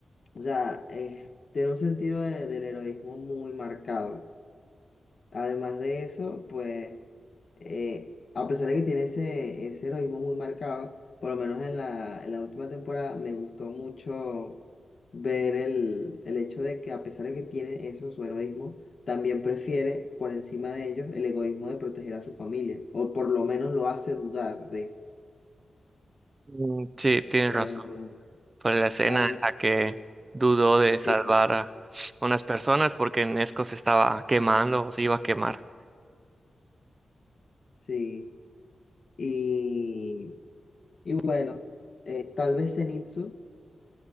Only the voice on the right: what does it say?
Mm, Sí, tienes
razón. Fue la escena
en la que dudó de
salvar a unas personas porque Nesco se estaba quemando o se iba a quemar.